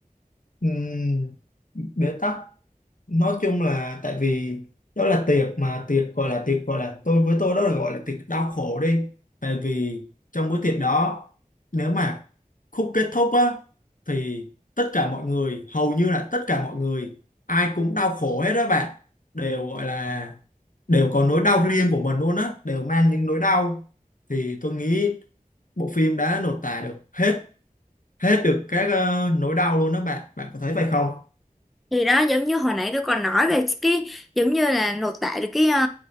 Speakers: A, on the left; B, in the centre.
A: Ừm, bế tắc nói chung là tại vì đó là tiệc mà tiệc gọi là tiệc gọi là tôi với tôi đó là gọi là tiệc đau khổ đi tại vì trong bữa tiệc đó nếu mà khúc kết thúc á thì tất cả mọi người hầu như là tất cả mọi người ai cũng đau khổ hết đó bạn đều gọi là đều có nỗi đau riêng của mình luôn á đều mang những nỗi đau thì tôi nghĩ bộ phim đã lột tả được hết hết được các ờ, nỗi đau luôn đó bạn bạn có thấy vậy không
B: thì đó giống như hồi nãy tôi còn nói về cái giống như là lột tả được cái ờ,